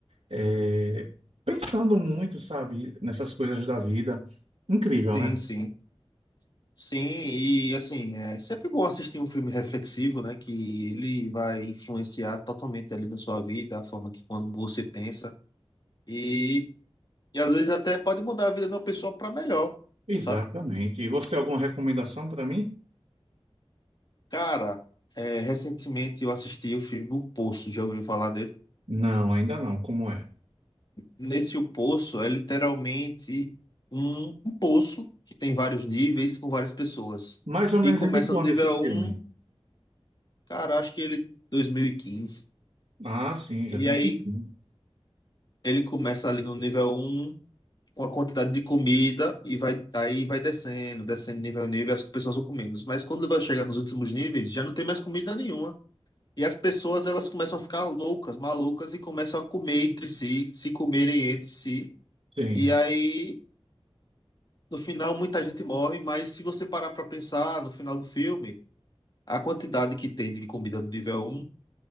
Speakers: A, on the right; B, on the left.
A: eh, pensando muito, sabe, nessas coisas da vida. Incrível,
B: Sim,
A: né?
B: sim. Sim, e assim, é sempre bom assistir um filme reflexivo, né? Que ele vai influenciar totalmente ali na sua vida, a forma que quando você pensa. E, e às vezes até pode mudar a vida de uma pessoa para melhor,
A: Exatamente.
B: sabe?
A: E você tem alguma recomendação para mim?
B: Cara, é, recentemente eu assisti o filme O Poço, já ouviu falar dele?
A: Não, ainda não. Como é?
B: Nesse O Poço é literalmente um, um poço que tem vários níveis com várias pessoas.
A: Mais ou
B: E
A: menos
B: começa
A: é de quando
B: no nível
A: esse filme?
B: um, cara, acho que ele 2015.
A: Ah, sim,
B: E quinze.
A: já
B: E
A: tem
B: aí
A: um pouquinho.
B: ele começa ali no nível um com a quantidade de comida e vai aí vai descendo, descendo nível a nível, as pessoas vão comendo. Mas quando vai chegar nos últimos níveis, já não tem mais comida nenhuma. E as pessoas elas começam a ficar loucas, malucas e começam a comer entre si, se comerem entre si.
A: Sim.
B: E aí, no final, muita gente morre, mas se você parar para pensar no final do filme, a quantidade que tem de comida no nível um